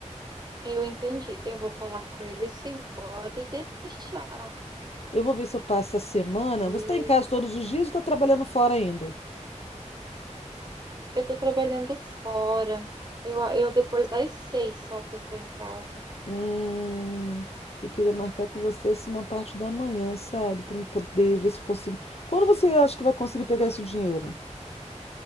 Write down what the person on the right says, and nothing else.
Eu entendi, eu vou falar com ele sim, pode deixar
que
Eu tô trabalhando fora. Eu, eu depois das seis só que eu tô em casa.